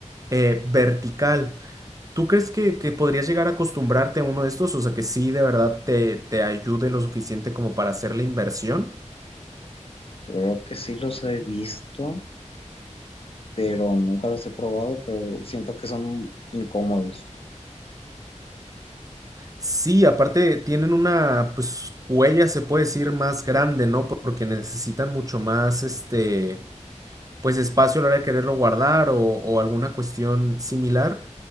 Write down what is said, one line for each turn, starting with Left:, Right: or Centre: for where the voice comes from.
Right: eh, vertical. ¿Tú crees que, que podrías llegar a acostumbrarte a uno de estos? O sea, que sí, de verdad, te, te ayude lo suficiente como para hacer la inversión.
Left: Creo que sí los he visto, pero nunca los he probado, pero siento que son incómodos.
Right: Sí, aparte tienen una, pues, huella, se puede decir, más grande, ¿no? Porque necesitan mucho más, este, pues, espacio a la hora de quererlo guardar o o alguna cuestión similar.